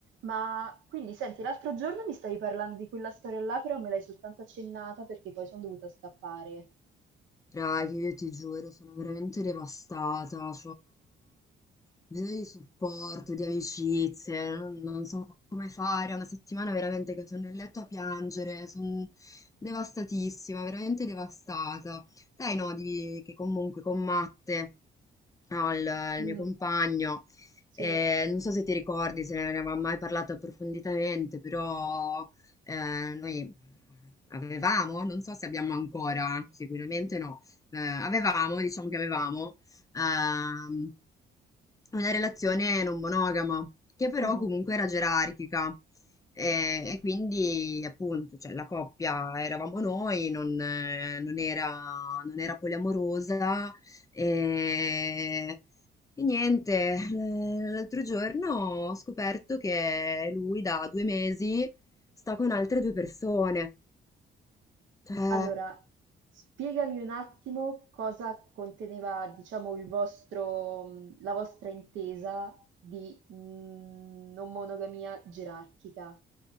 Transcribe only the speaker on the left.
Raga, io ti giuro, sono veramente devastata, ho bisogno di supporto, di amicizie, non, non so come fare, è una settimana veramente che sono nel letto a piangere, sono devastatissima, veramente devastata. Dai, no, di, che comunque con Matte, no, il,
il mio compagno,
eh, non so se ti ricordi, se ne avevamo mai parlato approfonditamente, però eh, noi avevamo, non so se abbiamo ancora, sicuramente no eh, avevamo, diciamo che avevamo, ehm, una relazione non monogama, che però
comunque era gerarchica. Eh, E, quindi, appunto, cioè, la coppia eravamo noi, non, eh, non era, non era poliamorosa. E, e niente, eh, l'altro giorno ho scoperto che lui da due mesi sta con altre due persone. Cioè,